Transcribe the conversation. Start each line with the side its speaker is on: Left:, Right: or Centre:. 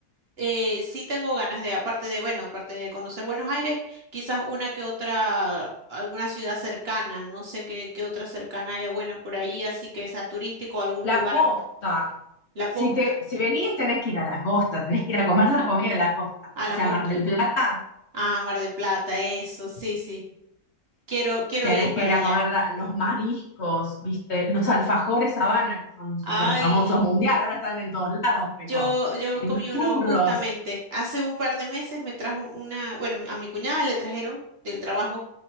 Right: eh, sí tengo ganas de, aparte de, bueno, aparte de conocer Buenos Aires, quizás una que otra, alguna ciudad cercana, no sé qué, qué otra cercana haya buena por ahí, así que sea turístico, algún
Left: La
Right: lugar,
Left: costa.
Right: la posta,
Left: Si te, si venís, tenés que ir a la costa, tenés que ir a comer la comida de la costa.
Right: a la
Left: O sea,
Right: costa,
Left: Mar del
Right: a la costa.
Left: Plata,
Right: Ah, Mar de Plata, eso, sí, sí. Quiero, quiero
Left: tenés
Right: ir para
Left: que ir
Right: allá.
Left: a comer la- los mariscos, ¿viste? Los alfajores Habana, que son súper
Right: Ay.
Left: famosos mundial, ahora están en todos lados, pero
Right: Yo, yo
Left: eh,
Right: comí
Left: los
Right: uno
Left: churros.
Right: justamente. Hace un par de meses me trajo una, bueno, a mi cuñada le trajeron del trabajo